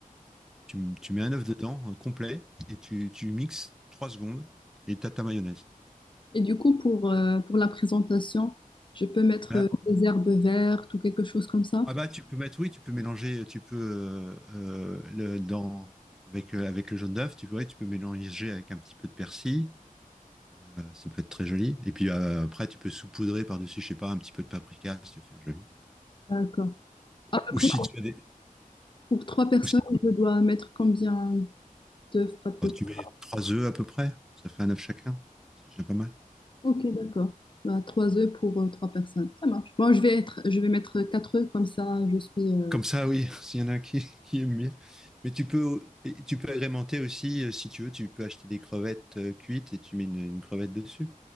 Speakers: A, in the centre; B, on the left.
A: tu, m- tu mets un œuf dedans, euh, complet, et tu, tu mixes 3 secondes, et tu as ta mayonnaise.
B: Et du coup, pour, euh, pour la présentation, je peux mettre
A: Voilà.
B: euh, des herbes vertes ou quelque chose comme ça?
A: Ah bah, tu peux mettre, oui, tu peux mélanger, tu peux, euh, euh, le, dans, avec, euh, avec le jaune d'œuf, tu, ouais, tu peux mélanger avec un petit peu de persil, Euh, ça peut être très joli. Et puis euh, après, tu peux saupoudrer par-dessus, je sais pas, un petit peu de paprika si tu veux faire joli.
B: D'accord. À peu
A: Ou,
B: près
A: si tu as des.
B: Pour trois personnes,
A: ou si-
B: je dois mettre combien d'œufs à peu
A: oh, tu
B: près?
A: mets trois œufs à peu près, ça fait un œuf chacun. C'est déjà pas mal.
B: Ok,
A: Ça va.
B: d'accord. Bah, trois œufs pour euh, trois personnes. Ça marche. Bon, je vais être, je vais mettre quatre œufs, comme ça je suis. euh,
A: Comme ça, oui, <laughs> s'il y en a qui, qui aiment bien. Mais tu peux, et tu peux agrémenter aussi, euh, si tu veux, tu peux acheter des crevettes euh, cuites et tu mets une, une crevette dessus.